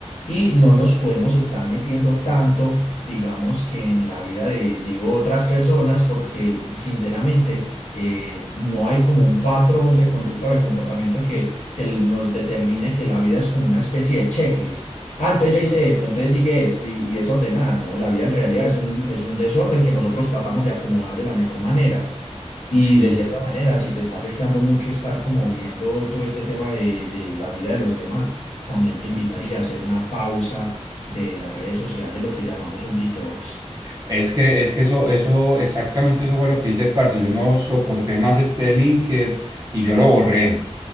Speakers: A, on the left; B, on the right.
A: Y no nos podemos estar metiendo tanto, digamos, que en la vida de, de otras personas, porque sinceramente eh, no hay como un patrón de conducta o de comportamiento que, que nos determine que la vida es como una especie de checklist. Ah, entonces ya hice esto, entonces sigue esto y, y es ordenada, ¿no? La vida en realidad es un, es un desorden que nosotros tratamos de acomodar de la mejor manera. Y
B: Sí.
A: de cierta manera, si te está afectando mucho estar como viendo todo este tema de, de la vida de los demás, también te invitaría a hacer una pausa de las redes sociales, lo que llamamos un detox.
B: Es que, es que eso, eso, exactamente eso fue lo que hice, parce. Yo no soporté más este LinkedIn y yo lo borré.